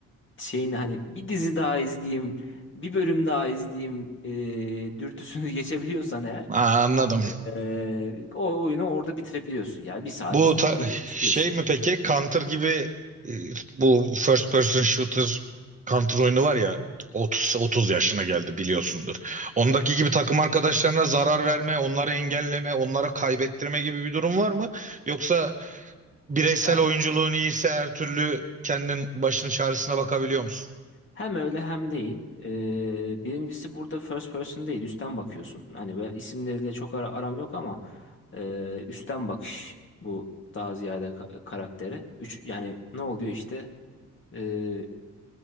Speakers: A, on the left (about 40°); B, on the right (about 25°).
A: şeyin hani bir dizi daha izleyeyim, bir bölüm daha izleyeyim e, dürtüsünü <laughs> geçebiliyorsan eğer
B: Aa, anladım.
A: e, o oyunu orada bitirebiliyorsun. Yani bir saat
B: Bu
A: sürüyor
B: ta-
A: çıkıyorsun.
B: şey mi peki? Counter gibi e, bu first person shooter Counter oyunu var ya 30 30 yaşına geldi biliyorsundur. Ondaki gibi takım arkadaşlarına zarar verme, onları engelleme, onlara kaybettirme gibi bir durum var mı? Yoksa bireysel
A: <laughs>
B: oyunculuğun iyiyse her türlü kendin başın çaresine bakabiliyor musun?
A: Hem öyle hem değil. Ee, birincisi burada first person değil, üstten bakıyorsun. Hani ve isimleriyle çok ara, aram yok ama e, üstten bakış bu daha ziyade ka- karaktere. Üç, yani ne oluyor işte? Ee,